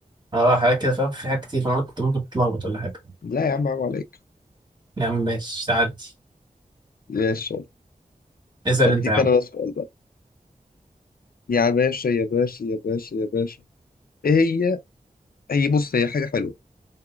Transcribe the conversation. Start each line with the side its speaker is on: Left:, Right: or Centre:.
Right: آه، حاجات كده فاهم في حاجات كتير فانا قلت ممكن تتلخبط ولا حاجة
Left: لا يا عم عيب عليك
Right: يا عم ماشي تعدي
Left: ماشي يلا.
Right: اسأل
Left: هديك
Right: انت يا عم
Left: انا بقى سؤال بقى يا باشا يا باشا يا باشا يا باشا ايه هي هي بص هي حاجه حلوه